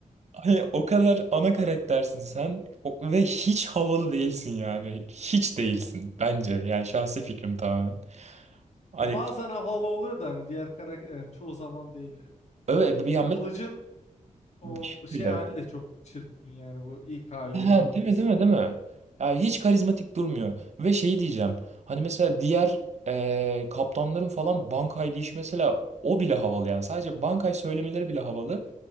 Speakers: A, on the right (about 55°); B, on the left (about 55°).
A: hani o kadar ana karaktersin sen o- ve hiç havalı değilsin yani. Hiç değilsin bence. Yani şahsi fikrim tamamen. Hani
B: Bazen havalı oluyor da hani diğer karakter çoğu zaman değil yani.
A: evet bir ya
B: E, Kılıç'ın o
A: mesela
B: şey hali de çok çirkin yani bu ilk hali
A: He,
B: böyle
A: değil
B: <laughs> kız.
A: mi değil mi değil mi? Yani hiç karizmatik durmuyor. Ve şey diyeceğim. Hani mesela diğer e, kaptanların falan Bankay deyişi mesela o bile havalı yani. Sadece Bankay söylemeleri bile havalı.